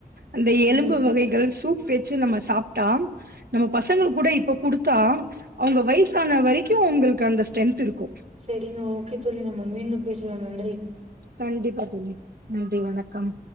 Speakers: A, on the right; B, on the right.
A: அந்த எலும்பு
B: ம்
A: வகைகள் சூப் வெச்சு நம்ம சாப்ட்டா நம்ம பசங்களு கூட இப்ப குடுத்தா அவங்க வயசான வரைக்கு உங்களுக்கு அந்த ஸ்ட்ரென்த் இருக்கு
B: செரிங்க ஓகே தோழி நம்ம மீண்டு பேசலா நன்றி
A: கண்டிப்பா தோழி நன்றி வணக்கம்